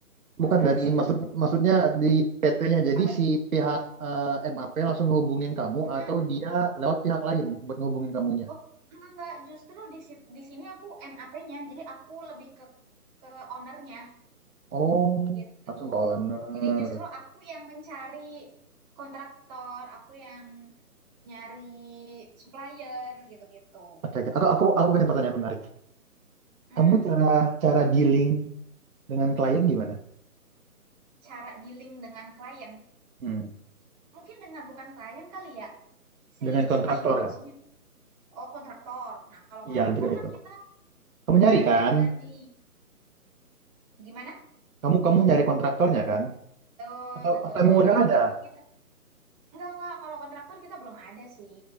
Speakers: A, on the right (about 25°); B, on the right (about 65°).
A: construction.
B: Bukan dari maksud maksudnya di PT-nya. Jadi
A: Apa
B: si
A: tuh?
B: pihak eh, MAP langsung ngehubungin kamu
A: Mm-mm.
B: atau dia lewat pihak lain buat ngehubungin kamunya.
A: Oh, enggak enggak, justru di sit- di sini aku M A p nya Jadi aku lebih ke ke ownernya
B: Oh,
A: gitu.
B: langsung ke owner.
A: Jadi justru aku yang mencari kontraktor, aku yang nyari supplier gitu-gitu.
B: Oke, oke. Aku aku aku punya pertanyaan menarik.
A: Hmm,
B: Kamu cara cara dealing dengan klien gimana?
A: cara dealing dengan klien.
B: Hmm.
A: Mungkin dengan bukan klien kali ya. Si
B: Dengan kontraktor
A: ini maksudnya
B: ya?
A: Oh, kontraktor. Nah, kalau
B: Iya,
A: kontraktor
B: juga
A: kan
B: itu.
A: kita
B: Kamu
A: kita
B: nyari
A: ada
B: kan?
A: tender nih. Gimana?
B: Kamu kamu nyari kontraktornya kan?
A: Betul,
B: Atau
A: betul.
B: atau emang udah
A: Jadi
B: ada?
A: begitu kita enggak enggak kalau kontraktor kita belum ada sih.